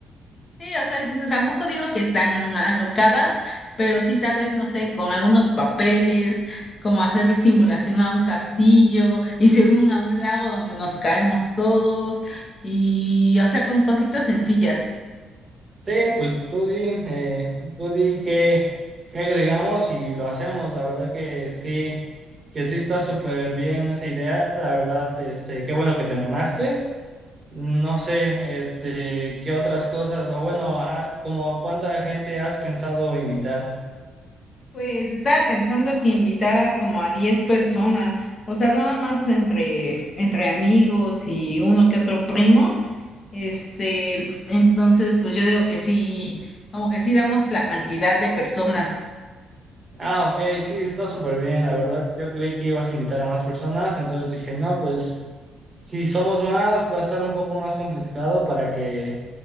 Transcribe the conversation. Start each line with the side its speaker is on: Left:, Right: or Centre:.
Left: Sí, o sea, no- tampoco digo que están alocadas, pero sí tal vez, no sé, con algunos papeles, como hacer simulación a un castillo y según a un lago donde nos caemos todos, y o sea, con cositas sencillas.
Right: Sí, pues tú di, eh, tú di qué, qué agregamos y lo hacemos. La verdad que sí, que sí está súper bien esa idea. La verdad, este, qué bueno que te animaste. No sé, este, qué otras cosas, o bueno, ah, como cuánta gente has pensado invitar.
Left: Pues estaba pensando que invitara como a 10 personas, o sea, nada más entre, entre amigos y uno que otro primo. Este, entonces, pues yo digo que sí, como que sí damos la cantidad de personas.
Right: Ah, ok, sí, está súper bien. La verdad, yo creí que ibas a invitar a más personas, entonces dije, no, pues si somos más, va a estar un poco más complicado para que